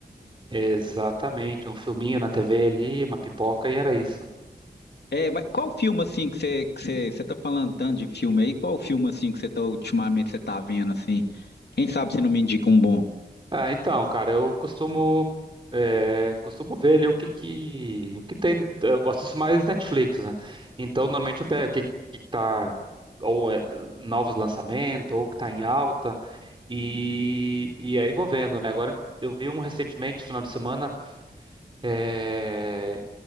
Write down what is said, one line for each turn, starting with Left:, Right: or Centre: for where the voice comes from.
Right: Exatamente, um filminho na TV ali, uma pipoca e era isso.
Left: É, mas qual filme, assim, que você, que você, você tá falando tanto de filme aí? Qual filme, assim, que você tá, ultimamente, você tá vendo, assim? Quem sabe você não me indica um bom?
Right: Ah, então, cara, eu costumo é, costumo ver ali o que que o que tem, eu assisto mais Netflix, né? Então, normalmente eu pego o que que tá ou é, novos lançamentos ou o que tá em alta e e aí vou vendo, né? Agora eu vi um recentemente, esse final de semana, é,